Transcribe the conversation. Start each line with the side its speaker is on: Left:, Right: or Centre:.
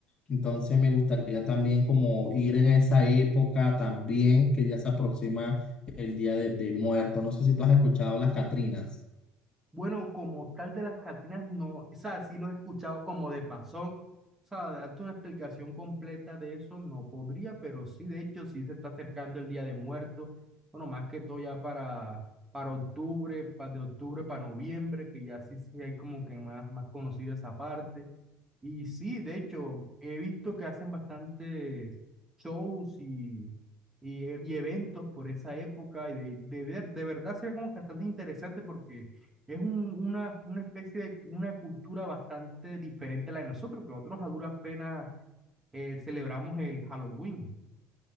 Left: Entonces me gustaría también como ir en esa época también, que ya se aproxima el Día de, de Muertos. No sé si tú has escuchado las Catrinas.
Right: Bueno, como tal de las Catinas, no, o sea, sí los he escuchado como de pasón. O sea, darte una explicación completa de eso no podría, pero sí, de hecho, sí se está acercando el Día de Muertos. Bueno, más que todo ya para, para octubre, para de octubre para noviembre, que ya sí, sí hay como que más, más conocida esa parte. Y sí, de hecho, he visto que hacen bastantes shows y, y, y eventos por esa época. Y de, de ver, de verdad sería como que bastante interesante porque es un- una, una especie de una cultura bastante diferente a la de nosotros, que nosotros a duras penas eh, celebramos el Halloween.